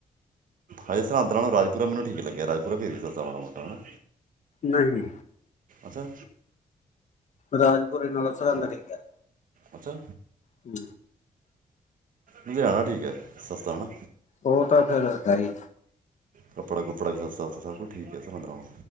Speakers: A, on the right; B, on the left.
A: ਹਾਜੀ ਸਰਹੰਦਾਂ ਨਾਲੋਂ ਰਾਜ ਪਰਾ ਮਨ ਠੀ ਲੱਗਿਆ ਸ ਪੂਰਾ ਫੇਰੀਤਾ ਮਾੜਾ ਮੋਟਾ ਹੈ ਨਾ
B: ਨਹੀਂ
A: ਅੱਛਾ
B: ਰਾਜਪੁਰਸ <inaudible>
A: ਅੱਛਾ
B: ਹਮ
A: ਲੁਧਿਆਣਾ ਠੀਕ ਹੈ ਸਸਤਾ ਹੈਨਾ
B: ਉਹ ਤਾਂ ਫੇਰ ਹੈਹੀ
A: ਕੱਪੜਾ ਕੁੱਪੜਾ ਵੀ ਸਸਤਾ ਉੱਥੇ ਸਭ ਠੀਕ ਹੈ ਅੱਛ ਪੰਦਰ